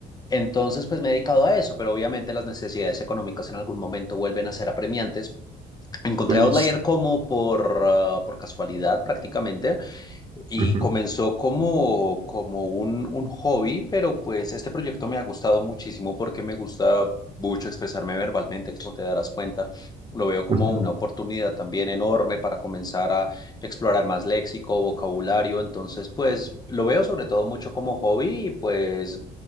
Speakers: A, on the left (about 25°); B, on the right (about 35°).
A: Entonces, pues me he dedicado a eso, pero obviamente las necesidades económicas en algún momento vuelven a ser apremiantes Encontré
B: Oye,
A: Outlier
B: es,
A: como por, ah, por casualidad prácticamente. Y
B: ujú,
A: comenzó como, como un, un hobby, pero pues este proyecto me ha gustado muchísimo porque me gusta mucho expresarme verbalmente, como te darás cuenta. Lo veo como
B: es que,
A: una oportunidad también enorme para comenzar a explorar más léxico, vocabulario. Entonces, pues lo veo sobre todo mucho como hobby y pues